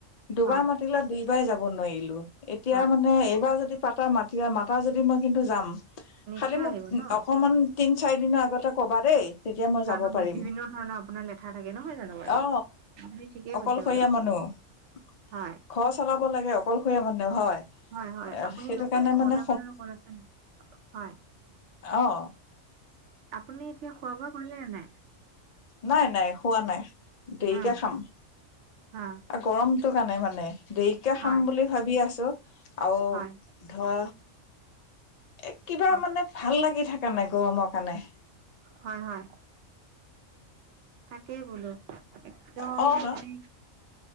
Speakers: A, on the left; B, on the right.
A: দুবাৰ
B: হয়
A: মাতিলে দুইবাৰ যাব নোৱাৰিলো এতিয়া
B: হয়
A: মানে এইবাৰ যদি পাতা মাতা মাতিলে যাম।
B: নিশ্চয়
A: খালি মোক
B: আহিব ন
A: অকমান তিন চাৰিদিনৰ আগতে ক'বা দেই তেতিয়া মই যাব
B: কালো
A: পাৰিম
B: বিভিন্ন ধৰণৰ আপোনাৰ লেঠাৰ থাকে নহয় জানো বাৰু
A: অ
B: আপুনি ঠিকেই
A: অকলশৰীয়া
B: কৈছে বাৰু
A: মানুহ ঘৰ
B: হয়
A: চলাব লাগে অকলশৰীয়া মানে হয়।
B: হয় হয় আপুনি
A: সেইটো
B: নকৰিলে
A: কাৰণে মানে
B: কটা মানৰ লগত আছে হয়
A: আহ
B: আপুনি এতিয়া খোৱা বোৱা কৰিলে নাই?
A: নাই নাই খোৱা নাই দেৰিকে
B: উম
A: খাম।
B: হয়
A: গৰমটো কাৰণে মানে দেৰিকে খাম
B: হয়
A: বুলি ভাবি আছো। আও
B: হয়
A: ধৰা এ কিবা
B: হয়
A: মানে ভাল লাগি থাকা নাই গৰমৰ কাৰণে
B: হয় হয় থাকেই বোলো একদম
A: অ
B: মানে
A: ন